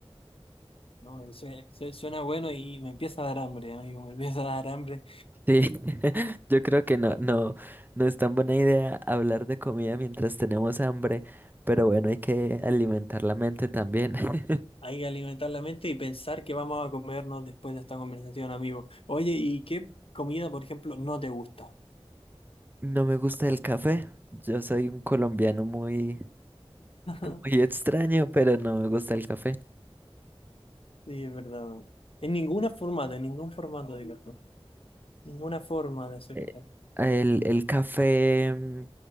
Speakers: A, on the left; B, on the right.
A: No, Sue- sue- suena bueno y me empieza a dar hambre, amigo, me empieza a dar hambre.
B: Sí, <laughs> yo creo que no, no, no es tan buena idea hablar de comida mientras tenemos hambre, pero bueno, hay que alimentar la mente también. <laughs>
A: Hay que alimentar la mente y pensar que vamos a comernos después de esta conversación, amigo. Oye, ¿y qué comida, por ejemplo, no te gusta?
B: No me gusta el café. Yo soy un colombiano muy,
A: <laughs>
B: muy extraño, pero no me gusta el café.
A: Sí, es verdad. En ninguna formato, en ningún formato de café. Ninguna forma de hacer
B: Eh,
A: café.
B: El, el café mm,